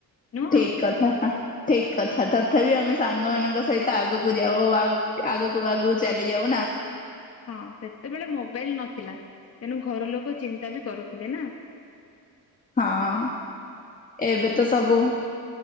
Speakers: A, on the left; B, on the left.
A: ନୁହଁ
B: ଠିକ୍ କଥା ଠିକ୍ କଥା ତଥାପି ଆମେ ସାଙ୍ଗ ମାନଙ୍କ ସହିତ ଆଗକୁ ଯାଉ ଆଗକୁ ଆଗକୁ ଚାଲି ଯାଉ ନା।
A: ହଁ ସେତେବେଳେ ମୋବାଇଲ ନଥିଲା। ତେଣୁ ଘର ଲୋକ ଚିନ୍ତା ବି କରୁଥିଲେ ନା?
B: ହଁ ଏବେ ତ ସବୁ